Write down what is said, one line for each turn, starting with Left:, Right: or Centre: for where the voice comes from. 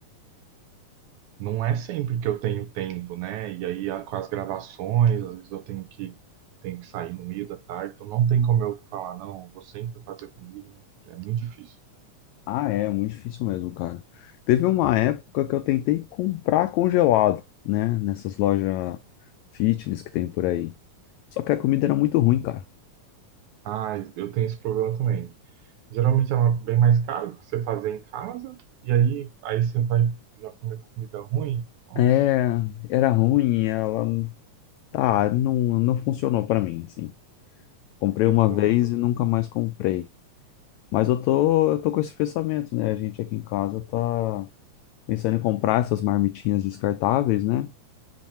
Right: não é sempre que eu tenho tempo, né? E aí a- com as gravações, às vezes eu tenho que tenho que sair no meio da tarde, então não tem como eu falar, não, vou sempre fazer comida, não- é muito difícil.
Left: Ah, é muito difícil mesmo, cara. Teve uma época que eu tentei comprar congelado, né? Nessas lojas fitness que tem por aí. Só que a comida era muito ruim, cara.
Right: Ah, eu tenho esse problema também. Geralmente é bem mais caro do que você fazer em casa, e aí aí você vai já comer comida ruim. Nossa,
Left: É, era ruim, ela tá, não, não funcionou pra mim, assim. Comprei
Right: então,
Left: uma vez
Right: tô-
Left: e nunca mais comprei. Mas eu tô, eu tô com esse pensamento, né? A gente aqui em casa tá pensando em comprar essas marmitinhas descartáveis, né?